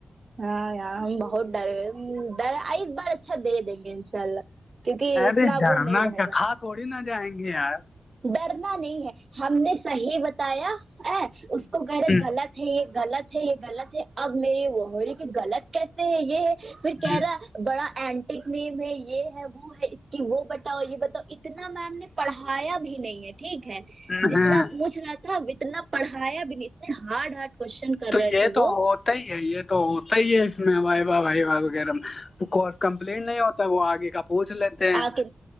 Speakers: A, on the right (about 55°); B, on the left (about 45°).
A: ہاں یار ہم بہت ڈر گئے ڈ ایک بار اچھا دے دیں گے انشاء اللہ کیونکہ
B: ارے
A: اتنا
B: ڈرنا
A: وہ نہیں رہے
B: کیا
A: گا
B: کھا تھوڑی نہ جائیں گے یار
A: ڈرنا نہیں ہے ہم نے صحیح بتایا ا اس کو گھر
B: ہ
A: غلط یہ غلط ہے یہ غلط ہے اب میری وہہوری کی غلط کہتے ہیں یہ پھر کہہ
B: ہ
A: رہا ہے بڑا این نم ہے یہ ہے وہ ہے اس کی وہ بتاؤ یہ بتاؤ اتنا میم نے پڑھا آیا بھی نہیں ہے ٹھیک ہے
B: ہ
A: جتنا
B: ہاں
A: پوچ رہا تھا اتنا پڑھیا اب نہیں اتنے ہارڈ ہارڈ کوشچن کر
B: تو
A: رہے
B: یہ
A: تھے
B: تو
A: وہ
B: ہوتا ہی ہے یہ تو ہوتا ہی ہے اس میں وائی باہ وھائی باہ کس کمپلیٹ نہیں ہوتا وہ آگے کا پوچھ لیتے ہیں
A: آ کے